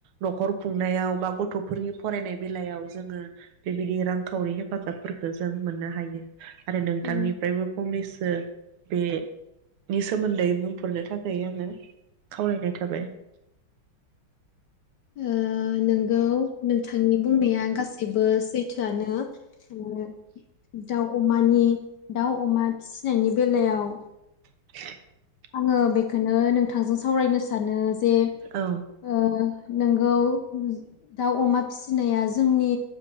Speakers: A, on the right; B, on the left.
A: नखर खुंनायाव बा गथफोरनि फरायनाय बेलायाव जोङो बेबायदि रांखावरि हेफाजाबफोरखौ जों मोननो हायो। आरो
B: औ
A: नोंथांनिफ्रायबो फंनैसो बो बेनि सोमोन्दै बुंफोरनो थाखाय आङो खावलायनाय थाबाय
B: ओ नोंगौ नोंथांनि बुंनाया गासैबो सैथोआनो ओ दाउ अमानि दाउ अमा फिसिनायनि बेलायाव
A: <inaudible>
B: आङो बेखौनो नोंथांजों सावरायनोसै। सानो जे
A: औ
B: ओ नोंगौ दाउ अमा फिसिनाया जोंनि